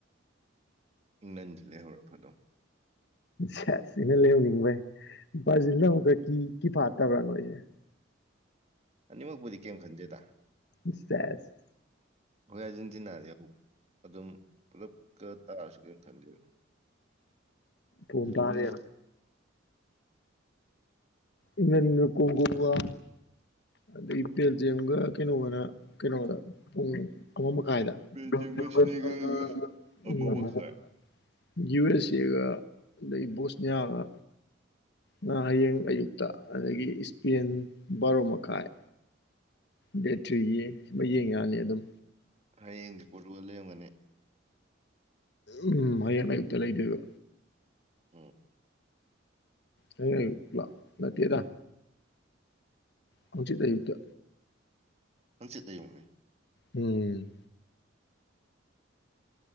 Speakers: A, on the right (about 35°); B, on the left (about 60°).
A: ꯏꯪꯪꯂꯟꯗꯤ ꯂꯩꯍꯧꯔ ꯐꯗꯣꯝ
B: ꯁꯁ ꯁꯤꯅ ꯂꯩꯍꯧꯅꯤꯡꯕꯩ ꯕꯔ꯭ꯥꯖꯤꯜ <unintelligible> ꯀꯤ ꯐꯥꯠꯇꯕ꯭ꯔꯥ ꯅꯣꯏꯁꯦ
A: ꯑꯅꯤꯃꯛꯄꯨꯗꯤ ꯀꯩꯝ ꯈꯟꯗꯦꯗ
B: ꯏꯁ ꯁꯦꯁ
A: ꯑꯩꯈꯣꯏ ꯑꯥꯔꯖꯦꯟꯇꯤꯅꯥꯗꯤ ꯑꯃꯨꯛ ꯑꯗꯨꯝ ꯄꯨꯂꯞꯀ ꯇꯥꯔꯁꯨ ꯀꯩꯝ ꯈꯟꯗꯦꯕ
B: ꯇꯣꯝ
A: ꯂꯤꯡꯉꯦ
B: ꯇꯥꯔꯦꯕ ꯢꯪꯂꯦꯟꯒ ꯀꯣꯡꯒꯣꯒ ꯑꯗꯩ ꯕꯦꯜꯖꯤꯌꯝꯒ ꯀꯩꯅꯣꯒꯅ ꯀꯩꯅꯣꯗ ꯄꯨꯡ ꯑꯃ ꯃꯈꯥꯏꯗ
A: ꯕꯦꯜꯖꯤꯌꯝꯒ
B: <unintelligible>
A: ꯁꯤꯅꯦꯒꯜꯒ ꯑꯃ ꯃꯈꯥꯏ
B: ꯌꯨ ꯑꯦꯁ ꯑꯦꯒ ꯑꯗꯩꯒꯤ ꯕꯣꯁꯅꯤꯌꯥꯒ ꯅ ꯍꯌꯦꯡ ꯑꯌꯨꯛꯇ ꯑꯗꯒꯤ ꯏꯁꯄꯦꯟ ꯕꯥꯔꯣ ꯃꯈꯥꯏ ꯕꯦꯇ꯭ꯔꯤꯒꯤ ꯃꯌꯦꯡ ꯌꯥꯅꯤ ꯑꯗꯨꯝ
A: ꯍꯌꯦꯡꯗꯤ ꯄꯣꯔꯇꯨꯒꯜ ꯂꯩꯔꯝꯒꯅꯤ
B: ꯎꯝ ꯍꯌꯦꯡ ꯑꯌꯨꯛꯇ ꯂꯩꯗꯣꯏꯕ
A: ꯎꯝ
B: ꯍꯌꯦꯡ ꯑꯌꯨꯛ ꯅꯠ ꯅꯠꯇꯦꯗ ꯍꯧꯖꯤꯛ ꯑꯌꯨꯛꯇ
A: ꯍꯪꯆꯤꯠ ꯑꯌꯨꯛꯅꯤ
B: ꯎꯝ